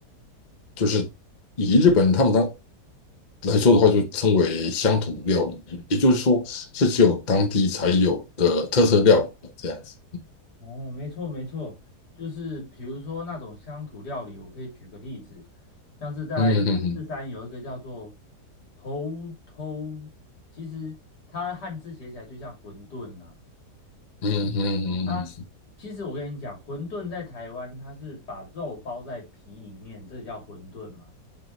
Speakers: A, on the left; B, on the left.
A: 就是以日本他们当来说的话，就称为乡土料理，也就是说是只有当地才有的特色料理这样子。
B: 哦，没错没错，就是比如说那种乡土料理，我可以举个例子，像是在富士山有一个叫做
A: 嗯嗯
B: 猴头，其实它汉字写起来就像馄饨呐、对
A: 嗯嗯
B: 啊，其实我跟你讲，馄饨在台湾它是把肉包在皮里面，这叫馄饨嘛。